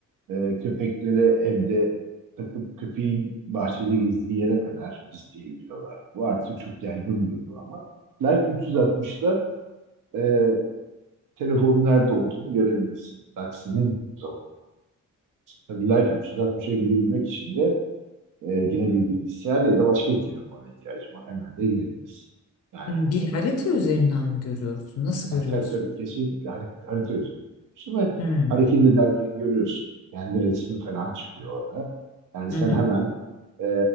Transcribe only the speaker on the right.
e, köpeklere evde takıp köpeğin bahçede gezdiği yere kadar izleyebiliyorlar. Bu artık çok yaygın bir uygulama. Life 360'da e, telefonun nerede olduğunu görebilirsin. Taksinin zamanı. Tabii Life 360'a girebilmek için de e, yine bir bilgisayar ya da başka bir telefona ihtiyacın var. Hemen de girebilirsin. Yani
Tabii
tabii tabii. Kesinlikle harita, harita üzerinde görüyorsun ve
hareket ederken görüyorsun. Kendi resmi falan çıkıyor orada. Yani sen
hemen e,